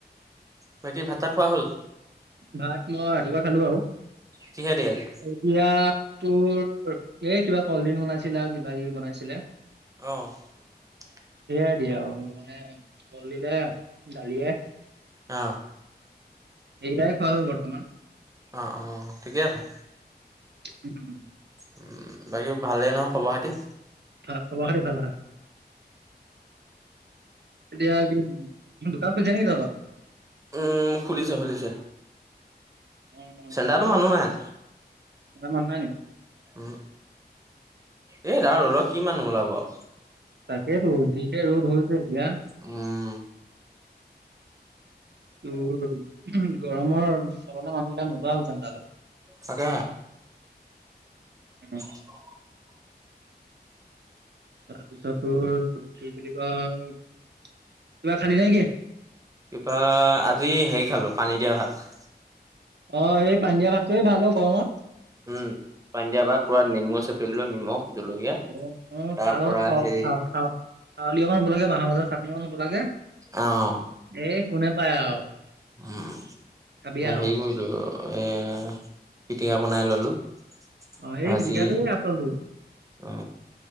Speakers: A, on the right (about 20°); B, on the right (about 80°).
A: বাকী ভাত চাত খোৱা হ'ল?
B: ভাত মই ৰাতিপুৱা খালো আৰু।
A: কি হে দি আজি?
B: এতিয়া তোৰ এ কিবা কলডিল বনাইছিলে আৰু কিবা কিবি বনাইছিলে।
A: অঁহ। <inaudible>
B: সেয়াই দি আৰু মানে কলডিলে দালিয়ে।
A: অঁহ।
B: এইকিটাই খোৱা হ'ল বৰ্তমান।
A: অ অ ঠিকে আছে।
B: <inaudible>
A: উম বাকী ভালেই নহয় খবৰ খাতি?
B: আ খবৰ খাতি ভাল ভাল। এতিয়া কি দোকান খুলিছে নেকি তহঁতৰ?
A: উম খুলিছে খুলিছে।
B: অ', দোকানত
A: চেন্টাৰতো মানুহ নাই
B: এটা মানুহ নাই নি?
A: উম। এইদাল ৰ'দত কি মানুহ ওলাব আও।
B: তাকেইতো যিহে ৰ'দ হৈছে ইয়াত।
A: উম।
B: <inaudible> তোৰ গৰমৰ চলতে মানুহবিলাক নোযোৱা হল চেন্টাৰলে।
A: সঁচাকে।
B: উম
A: <inaudible>
B: তাৰপিছত তোৰ কি বুলি কয় কিবা খালি নে কি?
A: কিবা আজি হেৰি খালো পানী দিয়া ভাত।
B: অ এই পানি দিয়া ভাতটোৱে ভাল অ গৰমত।
A: উম পানী দিয়া ভাত পুৰা নেমু চেপি ললো নিমখ জলকীয়া
B: অ অ তাৰ
A: পৰা
B: লগত স
A: হেৰি
B: সা সা সাৰলি অকণ হ'ব লাগে, বাহ গাজৰ চাটনি অকণ হ'ব লাগে।
A: অহ
B: এ কোনে পায় আৰু।
A: উম,
B: খাবি
A: এ
B: আৰু।
A: হেৰি কৰিলো এ, পিটিকা বনাই ললো।
B: অ',
A: ভাজি
B: এই পিটিকাটোৱেই আচলটো।
A: অ',